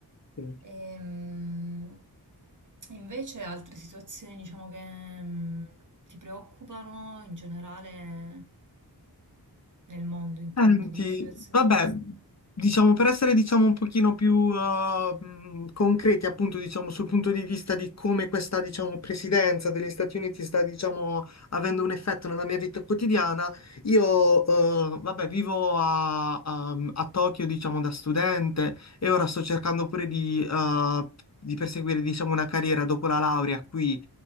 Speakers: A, on the left; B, on the right.
A: Sì.
B: Ehm, invece altre situazioni, diciamo, che mm, ti preoccupano in generale nel mondo, intendo,
A: Senti,
B: di situazioni
A: vabbè, diciamo per essere diciamo un pochino più uh, mh, concreti appunto diciamo sul punto di vista di come questa diciamo presidenza degli Stati Uniti sta diciamo avendo un effetto nella mia vita quotidiana, io uh, vabbè vivo a, a- mm, a Tokyo diciamo da studente e ora sto cercando pure di, uh, di perseguire diciamo una carriera dopo la laurea qui